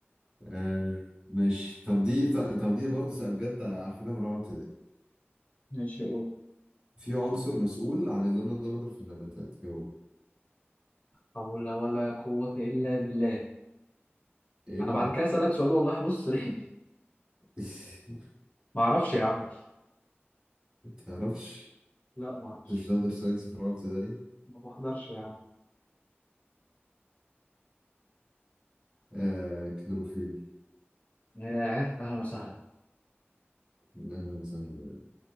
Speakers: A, on the right; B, on the left.
A: آه، ماشي طب دي طب دي برضه بجد عارفينها من رابعة ابتدائي
B: ماشي قول
A: في عنصر مسؤول عن اللون الأخضر في النباتات إيه هو
B: حول ولا قوة إلا بالله
A: إيه
B: أنا
A: بقى؟
B: بعد كده أسألك سؤال والله بص رخم
A: <laughs>
B: ما أعرفش يا عم
A: متعرفش
B: لا ما أعرفش
A: مش تحضر ساينس في رابعة ابتدائي
B: ما بحضرش يا عم
A: آه كلوروفيل
B: ياه أهلا وسهلا
A: أهلا وسهلا يعني